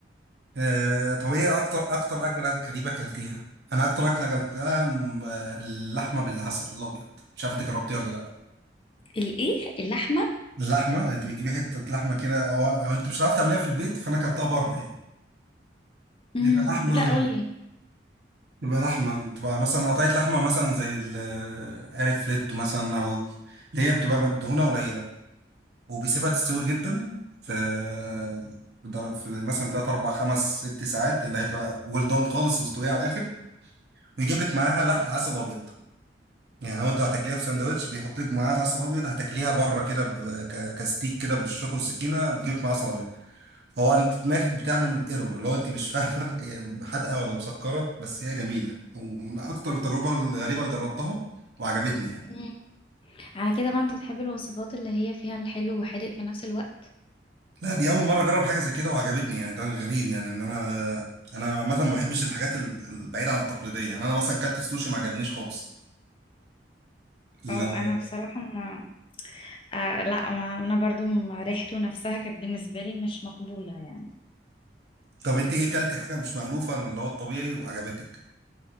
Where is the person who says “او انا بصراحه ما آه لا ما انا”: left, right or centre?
Left